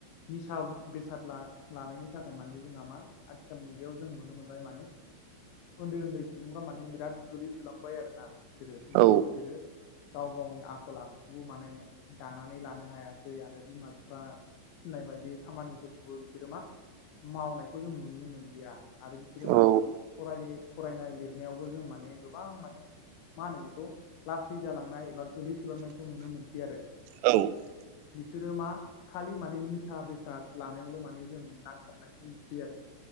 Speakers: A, on the left; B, on the right.
A: निसा बेसाद ला लानायनि थाखाय माने जोंहा मा आथिखाल मुगायाव जों नुनो मोनबाय माने उन्दै उन्दै सुबुंफ्रा माने बिराद गोगलैसोलांबाय आरो ना। बिसोरो माने
B: औ
A: बिसोरो गाव गावनि आख खलाखौबो माने दानानै लानो हायासै आरो बिमा बिफा थिनाय बायदि खामानिफोरखौबो बिसोरो मा मावनायखौ जों नुनो मोनलिया। आरो बिसोरो मा
B: औ
A: फराय फरायनाय लिरनायावबो जों माने गोबां माने मा होनो बेखौ लासै जालांनाय एबा गोलै सोलोंनायखौ नुनो मोनसै आरो
B: औ
A: बिसोरो मा खालि माने निसा बेसाद लानायावल' माने जों नांथाबनायखौ नुसै आरो।